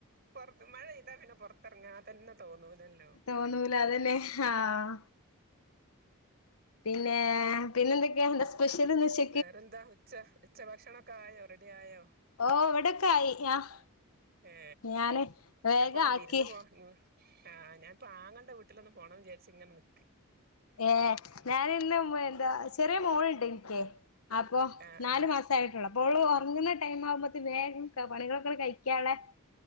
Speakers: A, on the right; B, on the left.
A: പുറത്ത് മഴെയ്താ പിന്നെ പുറത്തിറങ്ങാ തന്നെ തോന്നൂലല്ല
B: തോന്നൂല അതന്നെ ആഹ് പിന്നെ പിന്നെന്തൊക്കെയാ എന്താ സ്പെഷ്യൽ ഒന്ന് ശരി
A: വേറെന്താ ഉച്ച ഉച്ച ഭക്ഷണൊക്കെ ആയോ റെഡി ആയോ
B: ഓ ഇവിടൊക്കെ ആയി ആഹ്
A: ഏ
B: ഞാന് വേഗം
A: പ്പൊ
B: ആക്കി
A: വിരുന്ന് പോവാ ആഹ് ഞാനിപ്പപ്പോ ആങ്ങടെ വീട്ടിലൊന്ന് പോണം വിചാരിച്ചു ഇങ്ങനെ നി
B: ഏഹ ഞാനിന്ന് എന്താ ചെറിയ മോളുണ്ട് എനിക്ക അപ്പൊ
A: ആഹ്
B: നാലു
A: ആഹ്
B: മാസം ആയിട്ടുള്ള ഓള് ഉറങ്ങുന്ന ടൈം ആവുമ്പോേ വേഗം പണികളൊക്കെ കഴിക്കാള്ളെ